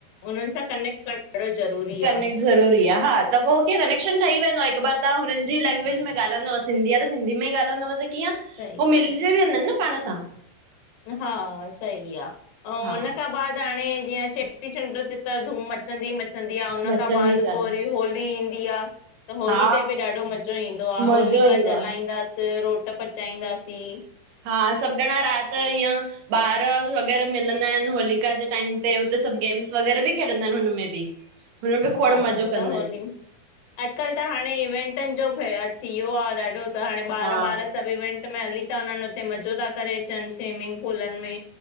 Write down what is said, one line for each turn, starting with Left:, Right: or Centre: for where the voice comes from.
Left: हुनन सां कनेक्ट करण ॾाढो ज़रूरी
Right: कनेक्ट
Left: आ।
Right: ज़रूरी आ हा त पो क कनेक्शन ठही वेंदो आ। हिक बार तां हुनन जी लंग्वेज में ॻालादव सिंधी आ सिंधी में ई ॻालदव त कीअं। उ
Left: सही आहे।
Right: मिलजे बिनिन ना पाण सां।
Left: हा सई आ ऐं
Right: हा
Left: हुन खां बा दाणे जीअं चेटी चंड ते त धूम मचंदी मंच मचंदी आ हुन
Right: मचंदी
Left: खां बाद
Right: चाल
Left: पो वरी होली ईंदी आ। त होली
Right: हा
Left: ते ॿि ॾाढो मज़ो ईंदो आ
Right: मज़ो
Left: होलिका
Right: ईंदो
Left: जलाईंदास
Right: आहे
Left: रोट प चाईदासीं
Right: हा सॿ ॼणा रात ईअं। ॿार वग़ैरह मिलंदा आयन होलिका जे टाइम ते हुते सॿ गेम्स वग़ैरह ॿि खेॾंदा आयन। हुनमें बि हुनमें बि खोड़
Left: हा
Right: मज़ो कंदा
Left: त होली।
Right: आहिनि
Left: अॼकल त हाणे इवेंटन ॼो थियो आ ॾाढो त हाणे ॿार-ॿार
Right: हा
Left: सॿ इवेंट में हली। त उनन हुते मज़ो ता करे अचन स्विमिंग पूलन में।